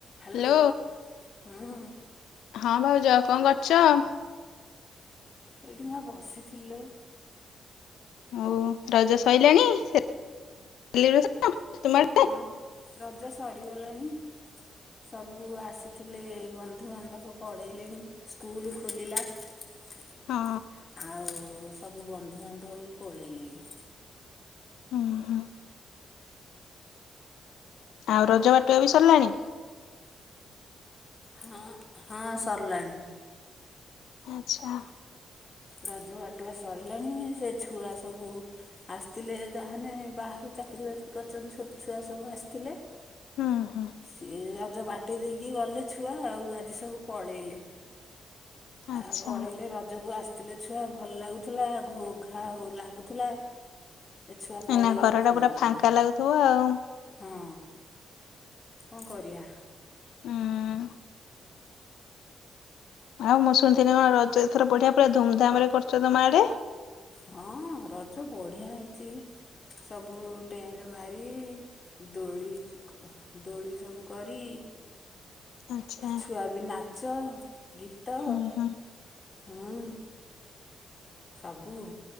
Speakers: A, on the left (about 35°); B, on the left (about 85°).
A: Hello
B: hello
A: ହଁ।
B: ହଁ ଭାଉଜ କଣ କରୁଚ?
A: ଏଇଠିି ମୁଁ ବସିଥିଲି ଲୋ।
B: ଆଉ ରଜ ସଇଲାଣି ସେ-ସେଲିବ୍ରେସ ତୁମେ ଆଡ଼େ?
A: ହଁ ରଜ ସରିଗଲାଣି। ସବୁ ଆସିଥିଲେ ବନ୍ଧୁବାନ୍ଧବ ପଳେଇଲେଣି ସ୍କୁଲୁ ଖୋଲିଲା। ଆଉ
B: ହଁ
A: ସବୁ ବନ୍ଧୁବାନ୍ଧବ ବି ପଳେଇଲେଣି।
B: ଅ ହଁ। ଆଉ ରଜ ବାଟୁଆ ବି ସରିଲାଣି?
A: ହଁ ହଁ ସରଲାଣିି।
B: ଆଛା।
A: ରଜ ବାଟୁଆ ସରିଲାଣି ସେ ଛୁଆ ସବୁ ଆସଥିଲେ ଯାହେନେ ବାହାରୁ ଚାକିରୀ ବାକିରି କରିଚନ୍ତି ଛୋଟ ଛୁଆ ସବୁ ଆସିଥିଲେ।
B: ହୁଁ ହୁଁ
A: ସିଏ ରଜ ବାଟେଇ ଦେଇକି ଗଲେ ଛୁଆ ଆଉ ଆଜି ସବୁ ପଳେଇଲେ।
B: ଆଚ୍ଛା
A: ଆ ପଳେଇଲେ ରଜକୁ ଆସଥିଲେ ଛୁଆ ଭଲ ଲାଗୁଥିଲା ଘୋ ଘା ଲାଗୁଥିଲା। ଏ ଛୁଆ ପଳେଇଲେ
B: ଏଇନା ଘର
A: ଭଲ
B: ଟା ପୁରା
A: ଲାଗୁନି
B: ଫାଙ୍କା ଲାଗୁଥିବ ଆଉ
A: ହଁ। କଣ କରିବା।
B: ଉଁ। ଆଉ ମୁଁ ଶୁଣିଥିନି କଣ ରଜ ଏଥର ବଢିଆ ପୁରା ଧୁମଧାମରେ କରୁଚ ତମ ମା ଆଡେ।
A: ହଁ ରଜ ବଢିଆ ହେଇଚି ସବୁ ଟେଣ୍ଟ ମାରି ଦୋଳି କ ଅ ଦୋଳି ସବୁ କରି
B: ଆଚ୍ଛା
A: ଛୁଆ ବି ନାଚ, ଗୀତ
B: ହୁଁ ହୁଁ
A: ହୁଁ। ସବୁ